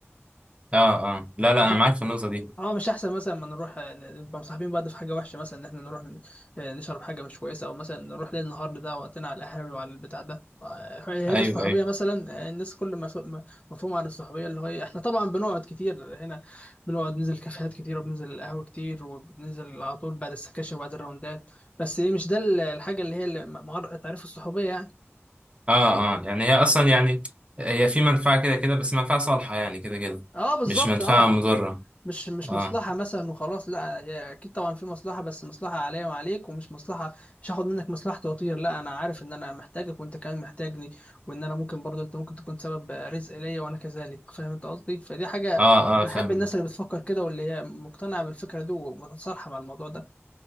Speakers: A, on the right; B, on the left.
A: اه اه لا لا انا
B: كده؟
A: معاك في النقطة دي
B: اه مش احسن مثلا ما نروح آه، نبقى مصاحبين بعض في حاجه وحشه مثلا ان احنا نروح ن- آه، نشرب حاجه مش كويسه او مثلا نروح ليل نهار نضيع وقتنا على القهاوي وعلى البتاع ده آه، هي
A: ايوه
B: دي الصحوبيه
A: ايوه
B: مثلا آه، الناس كل ما سو- ما- مفهوم عن الصحوبيه اللي هو إيه، احنا طبعا بنقعد كتير هنا بنقعد ننزل كافيهات كتير وبننزل القهوه كتير وبننزل على طول بعد السكاشن وبعد الراوندات بس إيه، مش ده ال- الحاجه اللي هي اللي م- مع- تعريف الصحوبيه يعني
A: اه اه يعني هي اصلا يعني هي في منفعة كده كده بس منفعة صالحة يعني كده كده
B: اه بالظبط
A: مش منفعة
B: اه
A: مضرة
B: مش مش
A: اه
B: مصلحة مثلا وخلاص لا هي أكيد طبعا في مصلحة بس مصلحة عليا وعليك ومش مصلحة مش هاخد منك مصلحتي وأطير لا أنا عارف إن أنا محتاجك وأنت كمان محتاجني وإن أنا ممكن برضه أنت ممكن تكون سبب رزق ليا وأنا كذلك فاهم أنت قصدي فدي حاجة
A: اه
B: بحب
A: اه فاهمك
B: الناس اللي بتفكر كده واللي هي مقتنعة بالفكرة دي ومتصالحة مع الموضوع ده